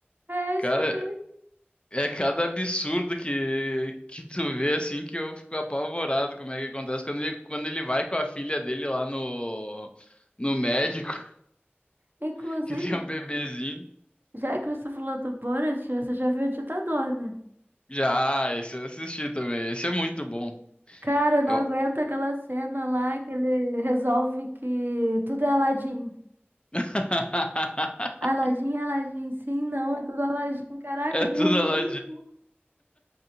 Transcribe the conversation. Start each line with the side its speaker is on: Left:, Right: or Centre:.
Right: É, é
Left: Cara,
Right: isso mesmo.
Left: é cada absurdo que, que tu vê assim que eu fico apavorado como é que acontece quando ele, quando ele vai com a filha dele lá no, no médico,
Right: Inclusive,
Left: <laughs> que tem um bebezinho.
Right: já que você falou do Borat, você já viu o Ditador, né?
Left: Já, ah, esse eu assisti também. Esse é muito bom.
Right: Cara, eu não
Left: Eu...
Right: aguento aquela cena lá que ele resolve que tudo é Aladdin.
Left: <laughs>
Right: Aladdin, Aladdin, sim, não, é tudo Aladdin. Caraca,
Left: É
Right: eu
Left: tudo
Right: vi
Left: lá
Right: muito.